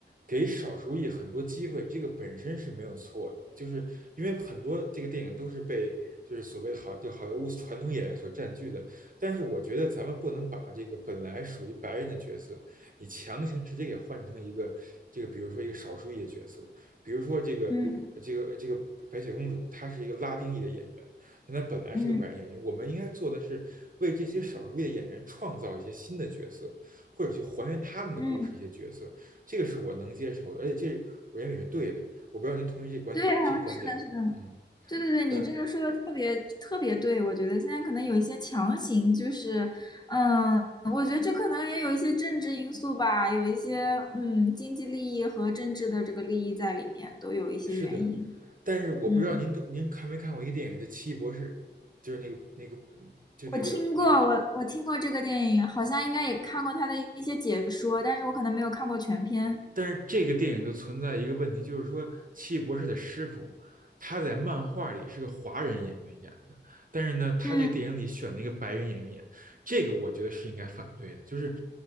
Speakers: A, on the right; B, on the left.
A: 给少数裔很多机会，这个本身是没有错的，就是因为很多这个电影都是被就是所谓的好就好莱坞传统演员所占据的，但是我觉得咱们不能把这个本来属于白人的角色，你强行直接给换成一个这个，比如说一个少数裔的角色，比如说这个这个这个白雪公主，
B: 嗯
A: 她是一个拉丁裔的演员，但她本来是个白人演员，
B: 嗯
A: 我们应该做的是为这些少数裔的演员创造一些新的角色。或者去还原他们的故事一些角色，
B: 嗯嗯，
A: 这个是我能接受的，而且这我认为是对的。我不知道您同意这观这观点吗？
B: 对啊，是的，是的。
A: 嗯，
B: 对对对，你这个说的特别特别对，
A: 呃，
B: 我觉得现在可能有一些强行，就是，嗯，我觉得这可能也有一些政治因素吧，有一些嗯经济利益和政治的这个利益在里面，都有一些原因。
A: 是的，但是我不知道您您看没看过一个电影叫《奇异博士》，
B: 嗯，
A: 就是那个那个嗯就那个那
B: 我听过，我我听过这个电影，好像应该也看过他的一些解说，但是我可能没有看过全片。
A: 但是这个电影就存在一个问题，就是说奇异博士的师傅他在漫画里是个华人演员演的，但是呢，他这个电影里选了一个白人演员演，
B: 嗯。
A: 这个我觉得是应该反对的，就是